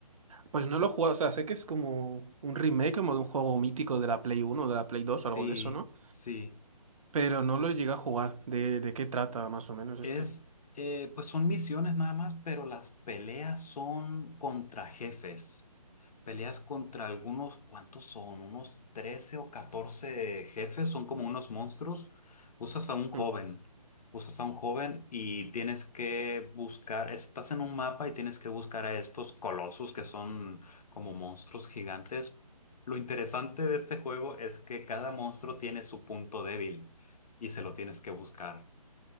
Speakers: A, on the right; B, on the left.
A: Pues no lo he jugado, o sea, sé que es como un remake como de un juego mítico de la Play Uno, o de la Play Dos,
B: Sí,
A: o algo de eso, ¿no?
B: sí,
A: Pero no lo llegué a jugar. ¿De, de qué trata más o menos
B: Es,
A: este?
B: eh, pues son misiones nada más, pero las peleas son contra jefes. Peleas contra algunos, ¿cuántos son? Unos 13 o 14 jefes, son como unos monstruos. Usas a un joven,
A: Mm,
B: usas a un joven y tienes que buscar, estás en un mapa y tienes que buscar a estos colosos que son como monstruos gigantes. Lo interesante de este juego es que cada monstruo tiene su punto débil y se lo tienes que buscar.